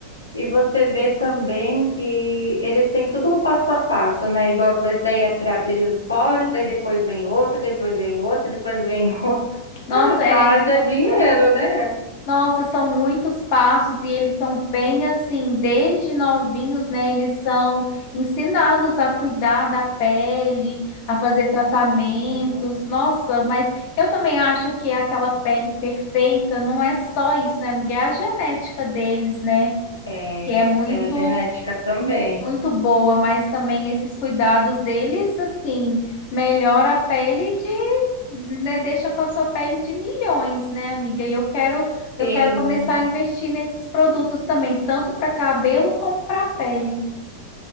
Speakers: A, on the left (about 80°); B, on the left (about 45°).
A: E você vê também que eles têm tudo um passo a passo, né? Igual esse daí é para abrir os poros, daí depois vem outro, depois vem outro, depois vem outro.
B: Nossa,
A: <laughs>
B: é,
A: Haja dinheiro, né?
B: nossa, são muitos passos e eles são bem assim, desde novinhos, né? Eles são ensinados a cuidar da pele, a fazer tratamentos.
A: Uhum.
B: Nossa, mas eu também acho que aquela pele perfeita não é só isso, né, amiga? É a genética deles, né?
A: É,
B: que é muito
A: é genética também.
B: muito boa, mas também esses cuidados deles, assim, melhora a pele de, né, deixa com a sua pele de milhões, né, amiga? E eu quero, eu
A: Sim,
B: quero começar a investir nesses produtos também, tanto para cabelo como para pele.